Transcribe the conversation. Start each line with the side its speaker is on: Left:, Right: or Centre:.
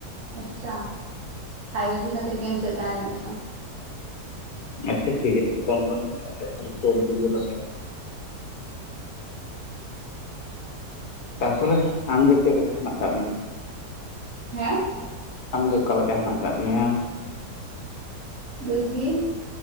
Right: ᱟᱪᱪᱷᱟ, ᱯᱷᱟᱭᱤᱵ ᱡᱤ ᱠᱷᱟᱹᱛᱤᱨ ᱜᱮ ᱤᱱᱠᱟᱹᱜ ᱠᱟᱱᱟ ᱡᱟᱹᱱᱤᱡ ᱪᱚ᱾
Left: ᱟᱪᱪᱷᱟ ᱴᱷᱤᱠ ᱟᱪᱷᱮ ᱠᱚᱢᱯᱟᱱᱤ ᱥᱟᱞᱟᱜ <unintelligible> ᱛᱮ ᱫᱚ ᱛᱟᱨᱯᱚᱨᱮ ᱟᱢᱜᱮ ᱪᱮᱫ ᱞᱮᱠᱟ ᱦᱮᱱᱟᱜ ᱠᱟᱜ ᱢᱮᱭᱟ?
Right: ᱦᱟᱸ
Left: ᱟᱢᱜᱮ ᱚᱠᱟ ᱞᱮᱠᱟ ᱦᱮᱱᱟᱜ ᱠᱟᱜ ᱢᱮᱭᱟ?
Right: ᱵᱮᱥᱜᱤ,